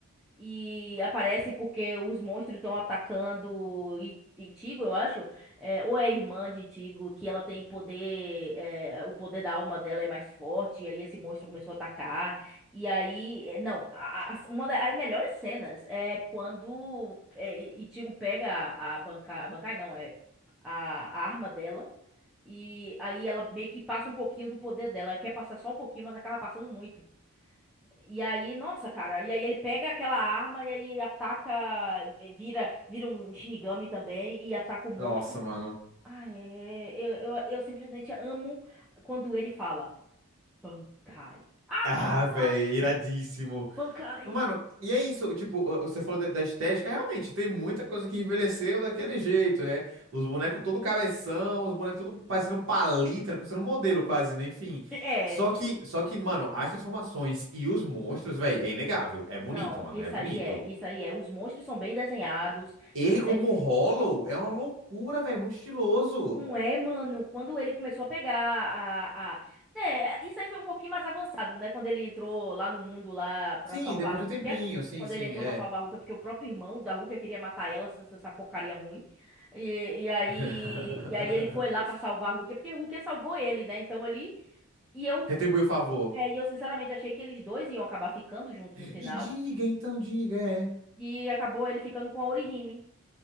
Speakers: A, in the centre; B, on the right.
A: E aparece porque os monstros estão atacando I- Itigo, eu acho. É, ou é a irmã de Itigo, que ela tem poder. é, o poder da alma dela é mais forte. E aí esse monstro começou a atacar. E aí. é, Não, a- a- uma das melhores cenas é quando é, Itigo pega a, a banca. A bancai não, é a, a arma dela. E aí ela meio que passa um pouquinho do poder dela. Ela quer passar só um pouquinho, mas acaba passando muito. E aí, nossa, cara, e aí ele pega aquela arma e aí ataca, eh, vira, vira um Shinigami também e ataca o monstro.
B: Nossa, mano.
A: Ah, é, eu, eu, eu simplesmente amo quando ele fala Bankai. Ah,
B: Ah, velho,
A: <laughs> ah,
B: iradíssimo.
A: Bankai.
B: Mano, e é isso, tipo, ó, você falou da, da estética, realmente tem muita coisa que envelheceu daquele jeito, né? Os bonecos todo cabeção, os bonecos todo parecendo um palito, né? parecendo um modelo quase, né? Enfim.
A: É,
B: Só que, só que, mano, as transformações e os monstros, velho, é inegável. É bonito,
A: não,
B: mano,
A: isso
B: é bonito.
A: aí é, isso aí é. Os monstros são bem desenhados
B: Ele
A: e você
B: como Hollow é uma loucura, velho, muito estiloso.
A: Não é, mano. Quando ele começou a pegar a, a... Né, isso aí foi um pouquinho mais avançado, né? Quando ele entrou lá no mundo lá pra
B: Sim,
A: salvar
B: depois
A: a Rukia.
B: de um tempinho, sim,
A: Quando
B: sim,
A: ele entrou
B: é.
A: pra salvar a Rukia, porque o próprio irmão da Rukia queria matar ela, essa, essa porcaria ruim. E, e aí,
B: <laughs>
A: e aí ele foi lá pra salvar a Rukia, porque a Rukia salvou ele, né? Então ele... E eu,
B: Retribui o favor.
A: é, e eu sinceramente achei que eles dois iam acabar ficando juntos no final.
B: E diga, então diga, é.
A: E acabou ele ficando com a Orihime.